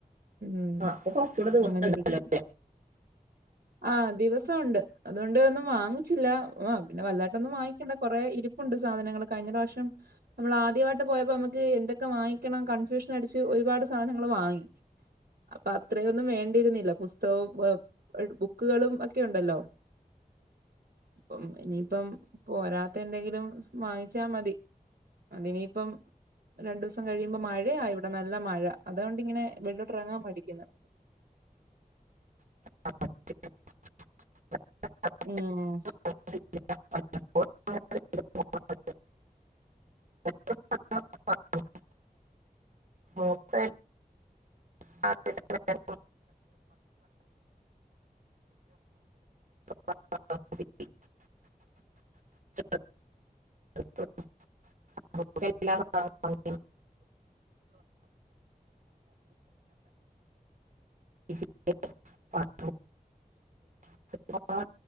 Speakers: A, on the right (about 85°); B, on the right (about 55°).
A: ഉം
B: അപ്പൊ കൊറച്ചൂടെ ദിവസം
A: അങ്ങനെ
B: ഉണ്ടല്ലോ
A: ഇരിക്കുന്നു. ആ ദിവസം ഉണ്ട് അതുകൊണ്ട് ഒന്നും വാങ്ങിച്ചില്ല ആ പിന്നെ വല്ലാട്ടന്നും വാങ്ങിക്കണ്ട കുറെ ഇരി പ്പുണ്ട് സാധനങ്ങൾ കഴിഞ്ഞ പ്രാവശ്യം നമ്മൾ ആദ്യമായിട്ട് പോയപ്പോ നമ ക്ക് എന്തൊക്കെ വാങ്ങിക്കണം കൺഫ്യൂഷൻ അടിച്ച് ഒരുപാട് സാധനങ്ങൾ വാങ്ങി. അപ്പ അത്രയൊന്നും വേണ്ടിയിരുന്നില്ല പുസ്തകവും ബുക്കുകളും ഒക്കെ ഉണ്ടല്ലോ ഉം ഇനിയിപ്പം പോരാത്തെ എന്തെങ്കിലും വാങ്ങിച്ചാ മതി. അതിനിയിപ്പം രണ്ടൂസം കഴിയുമ്പം മഴയാ ഇവടെ നല്ല മഴ അതുകൊണ്ടിങ്ങനെ വെളിയിലോട്ടറങ്ങാം മടിക്കുന്നു
B: <unintelligible>
A: ഏഹ്
B: <unintelligible> <unintelligible> മൂത്ത <unintelligible> <unintelligible> <unintelligible> <unintelligible> <unintelligible>